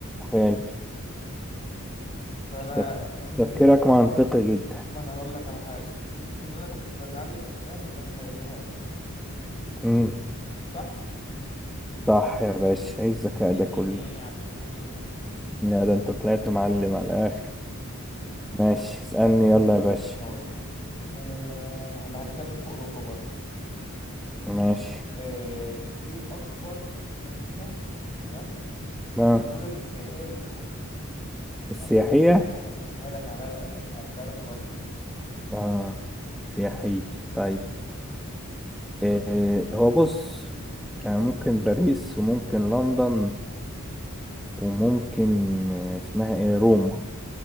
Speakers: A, in the centre; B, on the left.
A: حلو
B: فانا
A: تف-
B: من
A: تفكيرك منطقي جدا
B: ما انا هقول لك على حاجه بحيث ان انا كنت بتعلم الماني فانا هرميها الماني
A: مم.
B: صح
A: صح يا باشا ايه الذكاء
B: <laughs>
A: ده كله
B: عبلو الديلة
A: لا ده انت طلعت معلم على الاخر ماشي اسألني
B: ايه
A: يلا يا باشا
B: هقول لك. إيه انا هتكلم في اوروبا برضو
A: ماشي
B: إيه, ايه اكبر مدينه تمام
A: ما
B: من المدن السياحيه اللي في اوروبا
A: السياحية
B: آه سهلت سهلتها لك على سهلتها لك خالص يعني
A: اه سياحية طيب إيه هو بص يعني ممكن باريس وممكن لندن وممكن آه، اسمها ايه روما